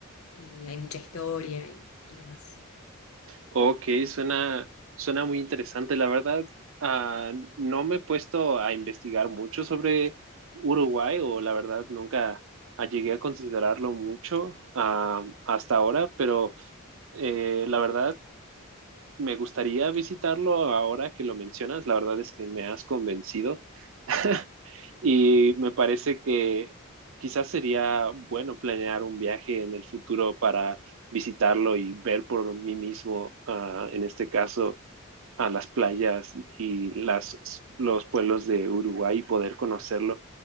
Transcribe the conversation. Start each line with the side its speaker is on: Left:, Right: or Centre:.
Left: y hay mucha historia y, y demás.
Right: Ok, suena, suena muy interesante, la verdad. ah, no me he puesto a investigar mucho sobre Uruguay o la verdad nunca ah, llegué a considerarlo mucho ah, hasta ahora, pero eh, la verdad me gustaría visitarlo ahora que lo mencionas. La verdad es que me has convencido <laughs> y me parece que quizás sería bueno planear un viaje en el futuro para visitarlo y ver por mí mismo, ah, en este caso, a las playas y las, los pueblos de Uruguay y poder conocerlo.